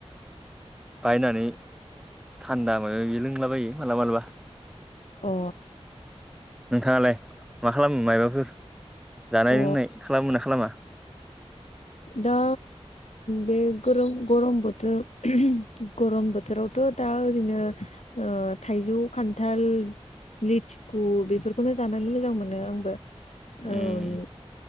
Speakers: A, in the centre; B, on the left (about 85°).
A: बायनानै थान्दा मोनो बिदि लोंलाबायो मालाबा मालाबा
B: अ
A: नोंथाङालाय मा खालामो मायबाफोर जानाय
B: अ
A: लोंनाय खालामो ना खालामा?
B: दा बे गरम गरम बोथोर गरम बोथोरावथ' दा ओरैनो ओ थाइजौ खान्थाल लिथिखु बेफोरखौनो जानानै मोजां मोनो आंबो
A: उम
B: ओं